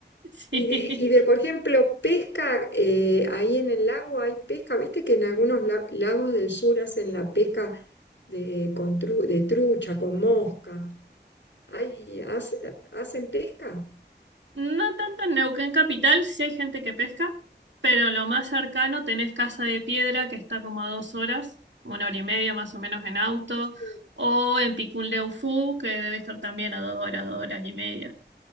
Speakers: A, on the right (about 85°); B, on the left (about 85°).
A: Sí.
B: Y de, y de, por ejemplo, pesca, eh, ahí en el lago hay pesca, viste que en algunos la- lagos del sur hacen la pesca de, con tru- de trucha, con mosca. Ahí hacen, hacen pesca.
A: No tanto en Neuquén capital, sí hay gente que pesca, pero lo más cercano tenés Casa de Piedra, que está como a dos horas, una hora y media más o menos en auto,
B: Sí.
A: o en Picún Leufú, que debe estar también a dos horas, dos horas y media.